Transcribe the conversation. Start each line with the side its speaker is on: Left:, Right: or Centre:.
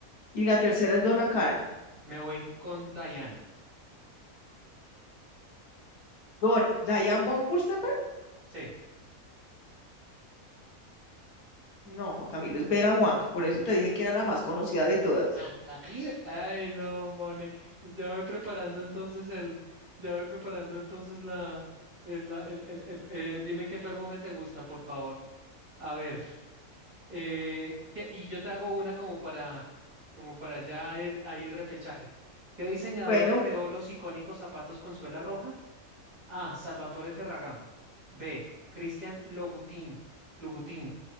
Left: y la tercera es Donna Karan.
Right: Me voy con Diane.
Left: Don, Diane von Furstenberg,
Right: Sí.
Left: no, Juan Camilo, es Vera Wang, por eso te dije que era la más conocida de todas.
Right: <laughs> Ay, no, Mone. Ya voy preparando entonces el, ya voy preparando entonces la, el, la- el, el- el- eh, dime qué perfume te gusta, por favor. A ver, eh, ¿qué- y yo te hago una como para, como para ya el, ahí el repechaje. ¿Qué diseñador
Left: Bueno,
Right: creó los icónicos zapatos con suela roja? A. Salvatore Ferragamo. B. Cristian Lobutín. Lobutín.